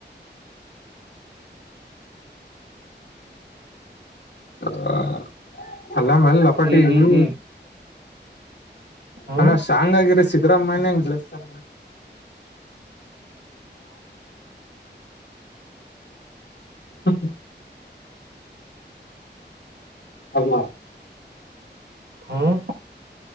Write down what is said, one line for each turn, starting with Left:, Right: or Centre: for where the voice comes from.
Left: ಹ ಅಲ್ಲಾಮಲ್ಲ ಅಪ್ಪಟ್ಟಿ
Right: ಈ ಈ
Left: ಹ
Right: ಈ ಹ್ಮ್
Left: ಅಲ್ಲ ಶಾಂಗ್ ಆಗಿರ ಸಿಕ್ತ ಸಿದ್ರಾಮಯ್ಯನೆ ಹಿಂಗ್ ಬಿಲ್ಸ್ತಾನೆ ಅಂದ್ರೆ ಅಮ್ಮ
Right: ಹ್ಮ್